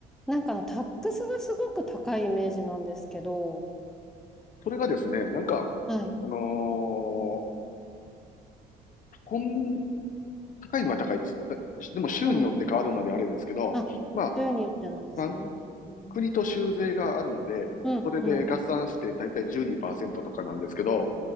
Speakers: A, in the centre; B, on the left.
A: なんかあの、タックスがすごく高いイメージなんですけど。
B: それがですね、なんか、
A: はい。
B: あのーこん、高いのは高いです。だでも、州によって変わるのであれですけど、
A: うん。あ、
B: まあ、
A: 州によってなんですね。
B: まあ
A: うん。
B: 国と州税があるので、
A: うん。
B: それで合算して大体12%
A: うん。
B: とかなんですけど、